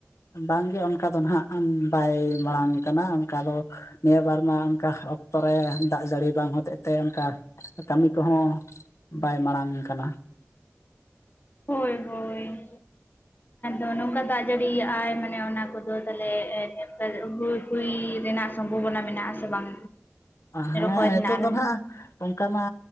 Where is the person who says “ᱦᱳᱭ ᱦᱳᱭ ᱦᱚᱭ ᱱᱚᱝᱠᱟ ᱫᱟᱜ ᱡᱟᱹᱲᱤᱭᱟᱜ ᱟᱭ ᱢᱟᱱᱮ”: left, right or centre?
Left